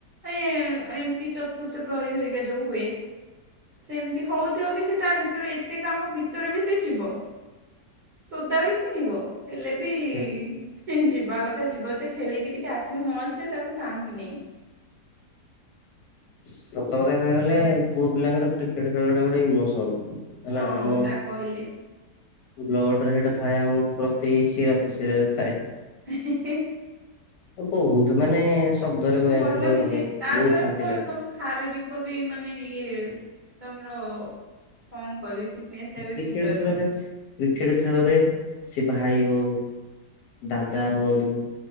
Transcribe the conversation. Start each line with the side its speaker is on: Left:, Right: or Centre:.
Right: ସେ ଏମିତି ଚତୁର୍ଥ ପ୍ରହରୀ ଘରିକା ଯୋଉ ହୁଏ। ସେମିତି ହଉଥିବବି ସେତାଭିତରେ ଏତେ କାମ ଭି ଭିତରବି ସେଯିବ, ସୋଦାବି ଶୁଣିବ ହେଲେ ବି
Left: ସେ
Right: ହିଁ ଯିବା କଥା ଯିବ ସେଖେଳିକି ଟିକେ ଆସିବ ନଆସିଲେ ତାକୁ ଶାନ୍ତି ନାଇଁ।
Left: ସତ କଥା କହିବାକୁ ଗଲେ ପୁଅ ପିଲାଙ୍କର କ୍ରିକେଟ୍ ଖେଳଟା ଗୋଟେ ଇମୋସନ୍। ହେଲା
Right: ହଁ
Left: ଆମ
Right: ଯାହା କହିଲେ
Left: ବ୍ଲଡ଼ରେ ସେଟା ଥାଏ ଆମ ପ୍ରତି ଶିରା ପ୍ରଶିରାରେ ଥାଏ।
Right: ହେ ହେ ହେ।
Left: ବହୁତ୍ ମାନେ ଶବ୍ଦରେ ବୟାନ
Right: ଭଲବି
Left: କରି ହବନି
Right: ସେଇ ତାଦ୍ଵାରା
Left: ବହୁତ ଶାନ୍ତି
Right: ଭଲ
Left: ଲାଗେ
Right: ତମ ଶାରୀରି କ ବି ମାନେ ଇଏ ତମର କଣ କହିବି ଫିଟନେସ୍ ଟା ବି
Left: କ୍ରିକେଟ୍
Right: ଠିକ ରହିବ।
Left: ଖେଳରେ କ୍ରିକେଟ୍ ଖେଳରେ ସେଭାଇ ହଉ, ଦାଦା ହୁଅନ୍ତୁ